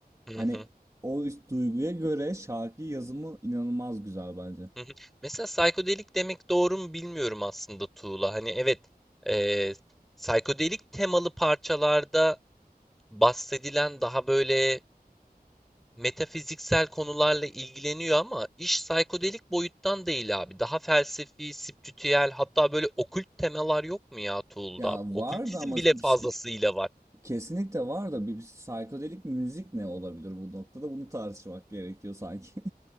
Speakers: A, in the centre; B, on the right.
A: hı
B: Hani
A: hı,
B: o is- duyguya göre şarkı yazımı inanılmaz güzel bence.
A: hı hı. Mesela psikodelik demek doğru mu bilmiyorum aslında Tuğla. Hani evet, eee psikodelik temalı parçalarda bahsedilen daha böyle metafiziksel konularla ilgileniyor ama iş psikodelik boyuttan değil abi. Daha felsefi, spiritüel hatta böyle okült temalar yok mu ya Tuğla'da?
B: Ya
A: Okültizm
B: vardı ama
A: bile
B: psik-
A: fazlasıyla var.
B: kesinlikle var da bir bir psikodelik müzik ne olabilir bu noktada bunu tartışmak gerekiyor sanki.